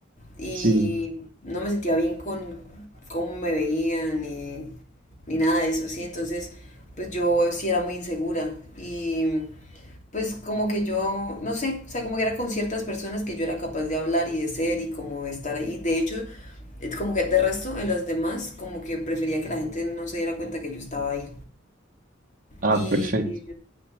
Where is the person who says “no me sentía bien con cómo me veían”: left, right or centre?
Left